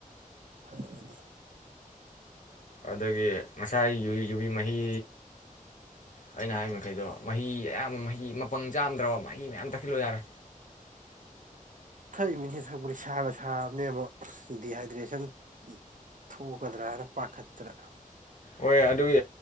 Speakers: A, on the right; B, on the left.
A: ꯍꯩꯅꯗꯦ
B: ꯑꯗꯒꯤ ꯉꯁꯥꯏ ꯌꯨ ꯌꯨꯕꯤ ꯃꯍꯤ ꯑꯩꯅ ꯍꯥꯏꯃꯈꯩꯗꯣ ꯃꯍꯤ ꯑꯌꯥꯝꯕ ꯃꯍꯤ ꯃꯄꯪ ꯆꯥꯝꯅꯇꯔꯣ ꯃꯍꯤ ꯃꯌꯥꯝ ꯊꯛꯆꯂꯨ ꯌꯥꯔꯦ꯫
A: ꯈꯜꯂꯤꯝꯅꯤꯅꯦ ꯁꯧꯒꯔꯤ ꯁꯥ ꯁꯥꯅ ꯁꯥꯕꯅꯦ ꯑꯃꯨꯛ ꯗꯤꯍꯥꯏꯗꯔꯦꯁꯟ ꯊꯣꯛꯀꯗ꯭ꯔꯥꯅ ꯄꯥꯈꯠꯄꯗ꯫
B: ꯍꯣꯏ ꯑꯗꯨꯒꯤ